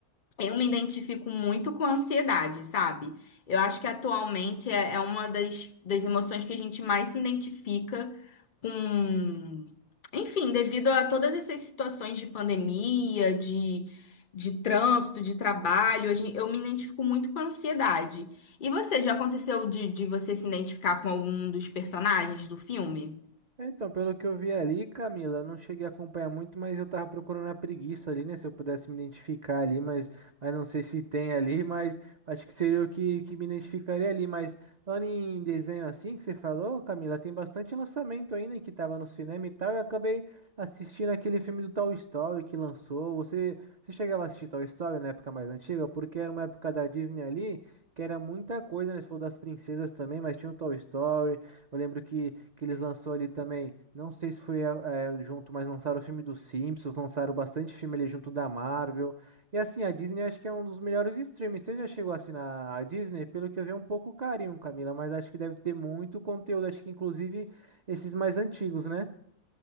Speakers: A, on the left (about 40°); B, on the right (about 80°).
A: Eu me identifico muito com ansiedade, sabe? Eu acho que atualmente é, é uma das, das emoções que a gente mais se identifica com. Enfim, devido a todas essas situações de pandemia, de, de trânsito, de trabalho, a gen- eu me identifico muito com a ansiedade. E você, já aconteceu de, de você se identificar com algum dos personagens do filme?
B: Então, pelo que eu vi ali, Camila, eu não cheguei a acompanhar muito, mas eu tava procurando a preguiça ali, né? Se eu pudesse me identificar ali, mas, mas não sei se tem ali, mas acho que seria o que, que me identificaria ali. Mas falando em desenho assim que você falou, Camila, tem bastante lançamento ainda que tava no cinema e tal. E eu acabei assistindo aquele filme do Toy Story que lançou. Você, você chegava a assistir Toy Story na época mais antiga? Porque era uma época da Disney ali que era muita coisa, né? Você falou das princesas também, mas tinha o Toy Story. Eu lembro que que eles lançou ali também. Não sei se foi eh, eh, junto, mas lançaram o filme dos Simpsons, lançaram bastante filme ali junto da Marvel. E assim, a Disney acho que é um dos melhores streams. Você já chegou a assinar a Disney? Pelo que eu vi, é um pouco carinho, Camila, mas acho que deve ter muito conteúdo, acho que inclusive esses mais antigos, né?